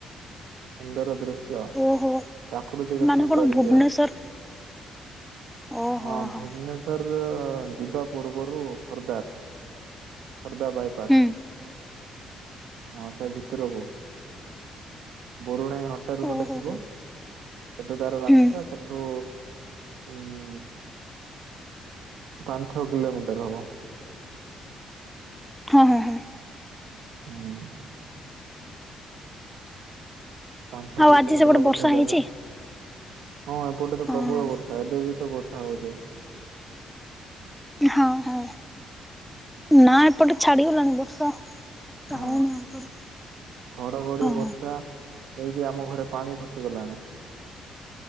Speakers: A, on the right; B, in the centre.
A: ସୁନ୍ଦର ଦୃଶ୍ <unintelligible>
B: ଓହୋ
A: ପ୍ରାକୃତିକ
B: ମାନେ
A: ସୌନ୍ଦର୍ଯ୍ୟ
B: କଣ ଭୁବନେଶ୍ଵର ଓହୋ
A: ହଁ।
B: ହୋ
A: ଭୁବନେଶ୍ୱର ରୁ ଯିବା ପୂର୍ବରୁ ଖୋର୍ଦ୍ଧା। ଖୋର୍ଦ୍ଧା ବାଇପାସ୍
B: ହୁଁ
A: ହଁ ସେ ଭିତୁରୁକୁୁ। ବରୁଣେଇ ହଟାରୁ ଗୋଟେ
B: ଓହୋ
A: ଥିବ
B: ହୋ
A: ସେଠୁ ତାର ରାସ୍ତା
B: ହୁଁ
A: ସେଠୁ ଉୁଁ ପାଁ, ଛଅ କିଲୋମିଟର ହବ।
B: ହଁ ହଁ ହଁ।
A: ଉୁଁ। ପାଁ, ଛଅ
B: ଆଉ
A: କିଲୋମିଟର
B: ଆଜି ସେପଟେ
A: ହବ
B: ବର୍ଷା
A: ସେ
B: ହେଇଛି?
A: ଜାଗା। ହଁ ଏପଟେ ତ
B: ହଁ
A: ପ୍ରବଳ ବର୍ଷା ଏବେ ବି ତ ବର୍ଷା ହଉଚ଼ି।
B: ହଁ ହଁ ନା ଏପଟେ ଛାଡିଗଲାଣି ବର୍ଷା। ବର୍ଷା
A: ହଁ
B: ହଉନି ଆଉ ଏପଟେ
A: ଘଡଘଡି,
B: ହଁ
A: ବର୍ଷା ହେଇକି ଆମ ଘରେ ପାଣି ପଶିଗଲାଣି।